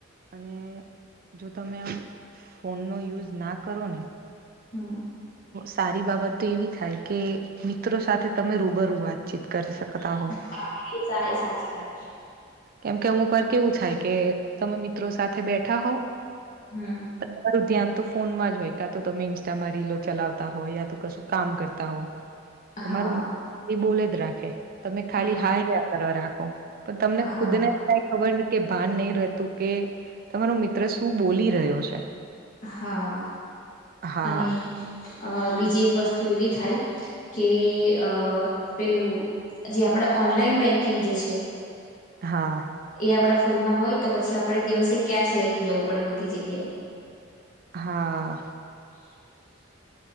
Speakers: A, on the right; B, on the left.
A: અને જો તમે આમ ફોનનો યુઝ ના કરો ને
B: હા
A: સારી બાબત તો એવી થાય કે મિત્રો સાથે તમે રૂબરૂ વાતચીત કરી શકતા હો
B: હા એ સા એ સાચી વાત છે.
A: કેમ કે અમુક વાર કેવું થાય કે તમે મિત્રો સાથે બેઠા હોવ
B: હમ
A: તમારું ધ્યાન તો ફોનમાં જ હોય કા તો તમે ઇન્સ્ટામાં રીલો છ ચલાવતા હોય યા તો કશું કામ કરતા હો તમારું
B: હા
A: મિત બોલે જ રાખે તમે ખાલી
B: હા
A: હાયા કરવા રાખો પણ તમને
B: હા
A: ખુદને કઈ ખબર ન કે ભાન નહી રહેતું કે તમારો મિત્ર શું બોલી રહ્યો છે.
B: હા
A: હા
B: અને અ બીજી એક વસ્તુ એવી થાય. કે અ પેલું જે આપડ ઓનલાઈન બેંકિંગ જે છે.
A: હા
B: એ આપણા ફોનમાં હોય તો પછી આપણે દિવસે કેશ લઈને જવું પડે બધી જગ્યાએ
A: હા
B: <inaudible>